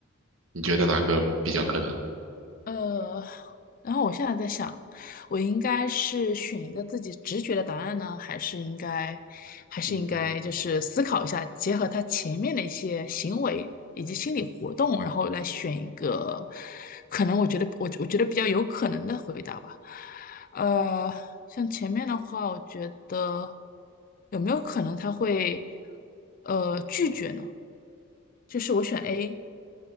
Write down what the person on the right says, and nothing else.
你觉得哪个比较可能？
嗯